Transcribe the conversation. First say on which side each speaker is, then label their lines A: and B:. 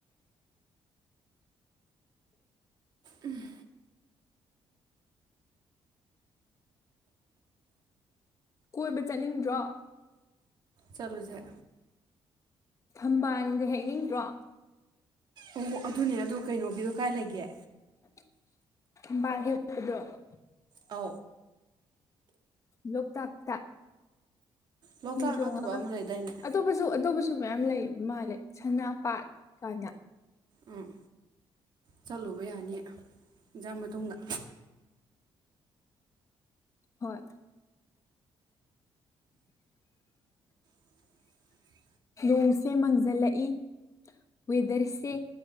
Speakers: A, on the right; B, on the left.
A: ꯎꯝ
B: ꯀꯣꯏꯕ ꯆꯠꯅꯤꯡꯗ꯭ꯔꯣ
A: ꯆꯠꯂꯨꯁꯦ
B: ꯊꯝꯕꯥꯜꯒ ꯍꯥꯏꯅꯤꯡꯗ꯭ꯔꯣ
A: ꯑꯣ ꯑꯗꯨꯅꯦ ꯑꯗꯨ ꯀꯩꯅꯣꯒꯤꯗꯣ ꯀꯥꯏ ꯂꯩꯒꯦ
B: <unintelligible>
A: ꯑ
B: ꯂꯣꯛꯊꯥꯛꯇ
A: ꯂꯣꯛꯇꯥꯛ
B: ꯍꯤ ꯇꯣꯡꯉꯒ
A: ꯅꯠꯇꯕ ꯑꯃ ꯂꯩꯗꯥꯏꯅꯦ
B: ꯑꯣꯞꯄꯁꯨ ꯑꯗꯨꯁꯨ ꯑꯗꯨ ꯃꯌꯥꯝ ꯂꯩꯕ ꯃꯜꯂꯦ ꯁꯅꯥꯄꯥꯥꯠ ꯀꯅ
A: ꯎꯝ ꯆꯠꯂꯨꯕ ꯌꯥꯅꯤ ꯏꯟꯁꯥꯡ ꯃꯇꯨꯡꯗ
B: ꯍꯣꯏ
A: <inaudible>
B: ꯅꯣꯡꯁꯦ ꯃꯥꯡꯁꯤꯜꯂꯛꯏ ꯋꯦꯗꯔꯁꯦ